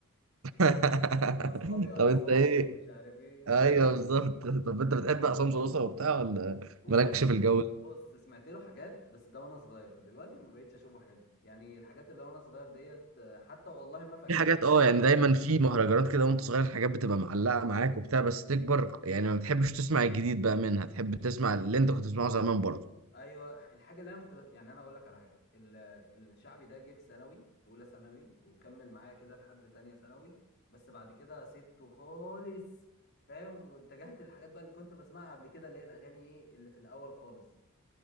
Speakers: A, on the right; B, on the left.
A: <laughs>
B: <laughs> واصحابي اخصامي
A: طب انت ايه
B: ومش عارف ايه
A: ايوه
B: كل ده
A: بالظبط طب انت بتحب عصام صاصة وبتاع ولا
B: والله
A: مالكش
B: سم...
A: في الجو
B: بص سمعت له حاجات بس ده وانا صغير دلوقتي ما بقتش اشوفه حلو يعني الحاجات اللي وانا صغير ديت آه، حتى والله ما فاكرها
A: في حاجات اه يعني دايما في مهرجانات كده وانت صغير الحاجات بتبقى معلقه معاك وبتاع بس تكبر يعني ما بتحبش تسمع الجديد بقى منها تحب تسمع اللي انت كنت بتسمعه زمان برضه
B: ايوه الحاجه اللي انا كنت بس... يعني انا اقول لك على حاجه ال... الشعبي ده جه في ثانوي في اولى ثانوي وكمل معايا كده لحد تانية ثانوي بس بعد كده سبته خالص فاهم واتجهت للحاجات بقى اللي كنت بسمعها قبل كده اللي هي الاغاني ايه اللي في الاول خالص